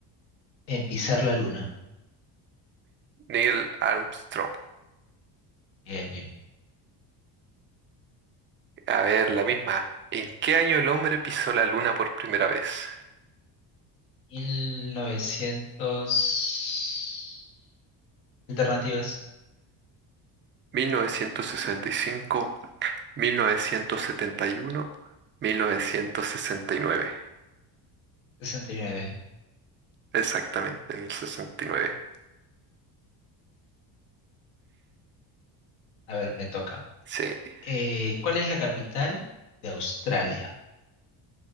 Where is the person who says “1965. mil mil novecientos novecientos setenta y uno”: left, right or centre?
Right